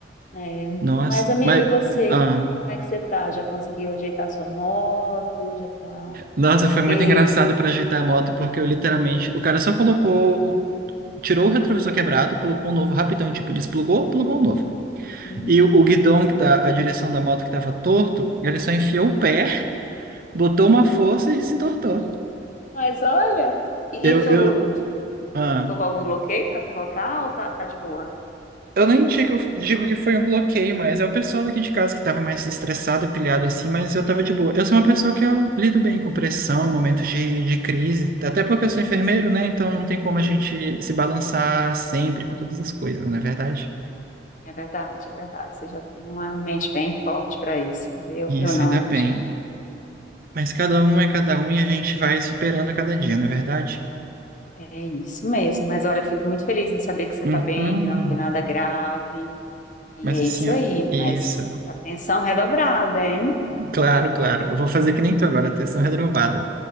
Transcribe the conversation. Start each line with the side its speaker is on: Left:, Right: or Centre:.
Left: É,
Right: Nossa,
Left: mas, amigo,
Right: mas
Left: e você?
Right: ah,
Left: Como é que você tá? Já conseguiu ajeitar sua moto? Já tá
Right: nossa,
Left: tudo ok?
Right: foi muito engraçado para ajeitar a moto, porque eu literalmente, o cara só colocou, o- tirou o retrovisor quebrado, colocou um novo rapidão, tipo, desplugou, plugou o novo.
Left: Uhum.
Right: E o, o guidão, que dá- a direção da moto que estava torto, ele só enfiou o pé, botou uma força e desentortou.
Left: Mas olha, e
Right: Eu,
Left: e tu
Right: eu, ah,
Left: ficou com algum bloqueio para pilotar ou tá, tá de boa?
Right: eu nem digo, digo que foi um bloqueio, mas é o pessoal daqui de casa que estava mais estressado, pilhado assim, mas eu estava de boa. Eu sou uma pessoa que eu lido bem com pressão, momentos de, de crise, até porque eu sou enfermeiro, né? Então não tem como a
Left: Uhum.
Right: gente se balançar sempre com todas as coisas, não é verdade?
Left: É verdade, é verdade. Você já tem uma mente bem forte para isso. Eu,
Right: Isso,
Left: eu não,
Right: ainda bem.
Left: eu já.
Right: Mas cada um é cada um e a gente vai superando a cada dia, não é verdade?
Left: É isso mesmo. Mas olha, eu fico muito feliz em saber que você
Right: Uhum.
Left: está bem, que não foi nada grave. E
Right: Mas
Left: é
Right: assim,
Left: isso
Right: ó,
Left: aí.
Right: isso.
Left: Mas atenção redobrada, hein?
Right: Claro, claro. Eu vou fazer que nem tu agora, atenção redobrada.